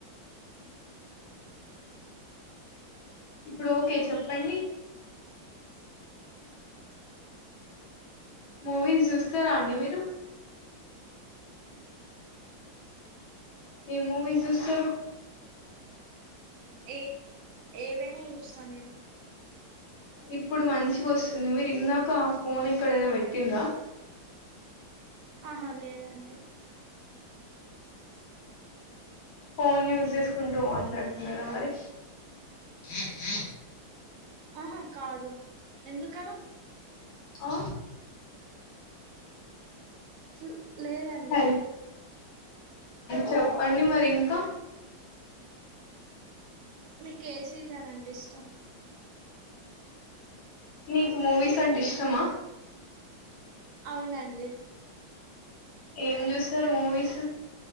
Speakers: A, on the right (about 75°); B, on the left (about 65°).
A: ఓకేనా
B: ఇప్పుడు ఓకే చెప్పండి.
A: ఏం చేత్తన్నారు.
B: మూవీస్ చూస్తారా అండి మీరు.
A: ఉ
B: ఏ మూవీస్ జుస్తరు.
A: ఏ ఏవైనా చూస్తా నేను.
B: ఇప్పుడు మంచిగా వస్తుంది మీరు ఇందాక ఆ ఫోన్ ఎక్కడైనా పెట్టిండ్ర.
A: ఆహా లేదండి.
B: ఫోన్ యూస్ చేసుకుంటూ మాట్లాడుతున్నారా మరి. ఉ
A: ఆహా కాదు ఎందుకలా.
B: ఆ
A: ల్ లేదండి.
B: అ చెప్పండి మరి ఇంకా.
A: మీకు ఏ సీజన్ అంటే ఇష్టం.
B: నీకు మూవీస్ అంటే ఇష్టమా.
A: అవునండి.
B: ఏం చూస్తారు మూవీస్